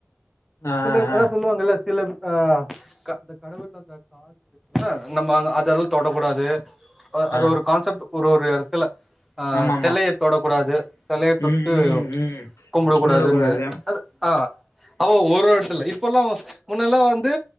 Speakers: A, on the left; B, in the centre.
A: ஆ
B: சிலர்
A: ஆ
B: அதா
A: ஆ
B: சொல்லுவாங்கல்ல சிலர் ஆ க அந்த கடவுள் அந்த <inaudible> இருக்குனா நம்ம அதெல்லா தொடக்கூடாது அ அது
A: ஆ
B: ஒரு கான்செப்ட் ஒரு ஒரு எடத்துல ஆ
A: ஆமாமா
B: செலய தொடக்கூடாது செலய தொட்டு
A: ம் ம் ம்
B: கும்ட
A: கும்பிடக்கூடாது
B: கூடாதுன்னு அது ஆ ஆ ஓர் ஒரு எட்த்துல இப்பல்லா முன்னல்லா வந்து